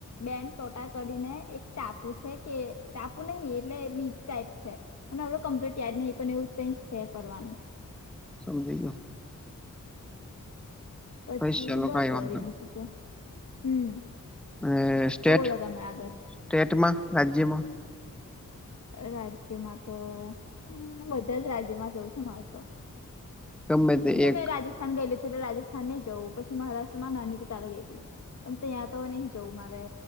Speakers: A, on the left; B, in the centre.
A: બેન ટોટા કરીને એક ટાપુ છે. એ ત ટાપુ ને હ એટલે બીજી ટાઈપ છે. પણ હડ કમ્પ્લીટ યાદ નહીં પણ એવું કઈ છે ફરવાનું.
B: સમજી ગયો.
A: પછી
B: હોય ચાલો
A: બસ
B: કઈ
A: વાળ
B: વાંધો
A: બીજું તો હમ.
B: અને સ્ટેટ
A: તો બોલો તમે આગળ
B: સ્ટેટમાં રાજ્યમાં.
A: રાજ્યમાં તો હ બધા જ રાજ્યમાં જઉં છું માર તો,
B: ગમે તે
A: જે
B: એક
A: મેં રાજસ્થાન ગયેલું છે, એટલે રાજસ્થાન નહી જવું પછી મહારાષ્ટ્ર મા નાની થી તારે ગઈ હતી પણ ત્યાં તો નહ જવું મારે.